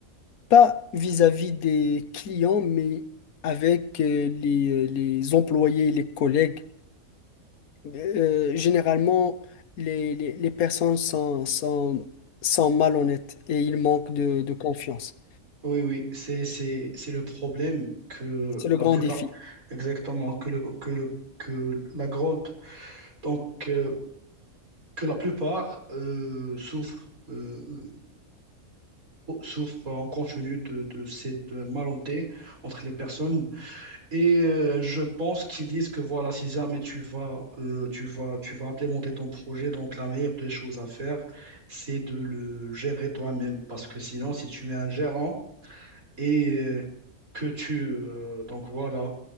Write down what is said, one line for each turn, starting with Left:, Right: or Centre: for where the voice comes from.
Left: Pas vis-à-vis des clients, mais avec euh, les, euh, les employés et les collègues. Euh, généralement, les, les, les personnes sont, sont, sont malhonnêtes et ils manquent de, de confiance.
Right: Oui, oui, c'est, c'est, c'est le problème que
Left: C'est
Right: la
Left: le grand
Right: plupart,
Left: défi.
Right: exactement, que le, que le, que la grande, donc, euh, que la plupart euh, souffrent, euh, souffrent en continu de, de cette malentente entre les personnes. Et euh, je pense qu'ils disent que voilà, si jamais tu vas, euh, tu vas, tu vas implémenter ton projet, donc la meilleure des choses à faire, c'est de le gérer toi-même. Parce que sinon, si tu mets un gérant, et euh, que tu euh, donc voilà